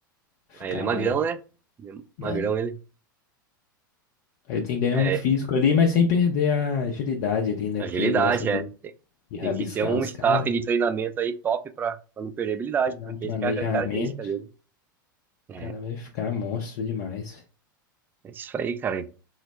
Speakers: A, on the left; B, on the right.
A: ficar
B: Ah, ele é magrão,
A: mais,
B: né? Ele é
A: né?
B: magrão, ele.
A: Aí tem que ganhar
B: É,
A: um físico ali, mas sem perder a agilidade ali, né?
B: Agilidade,
A: Porque ele gosta de,
B: é. Tem,
A: de rabiscar
B: tem que ter um
A: os
B: staff
A: caras,
B: de treinamento aí top pra, pra não perder habilidade,
A: fazer
B: porque
A: um planejamento.
B: essa que é a característica dele. É,
A: O cara vai ficar monstro demais.
B: é isso aí, cara.